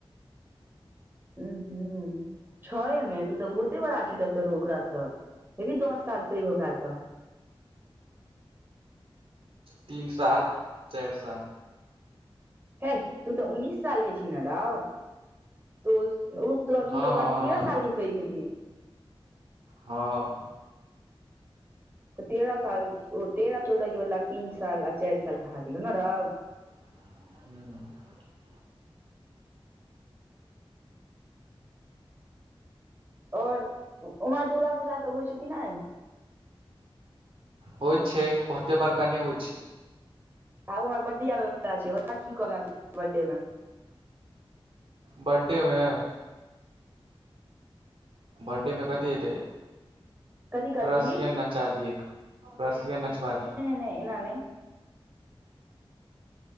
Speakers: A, on the right; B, on the right.
A: हू हू छएमे तू तऽ बहुते बड़ा छि तऽ ओकरासँ हेबी दस साल पैघ ओकरा स
B: तीन साल चैर साल
A: हे तू तऽ उन्ननीस साल के छी ने रौ <unintelligible> त
B: हँ
A: तू तऽ ओकरा
B: हँ
A: स तेरह साल के पैघ हेबही
B: हँ
A: तऽ तेरह साल ओ तेरह-चौदहक बदला तीन साल आ चारि साल कहा गेलो न रो
B: <unintelligible>
A: और उम्हर दुर्गा पूजा सब होइ छौ कि नहि
B: होइ छै ओते बरका नए होइ छै
A: आब हमर बर्डे आबअ बला छै बता कि <unintelligible>
B: बर्डे मे बर्डे मे कथि हेते
A: कथी करबिही
B: रसियन नचा दी एक रसियन नचवा दी
A: नए एना नय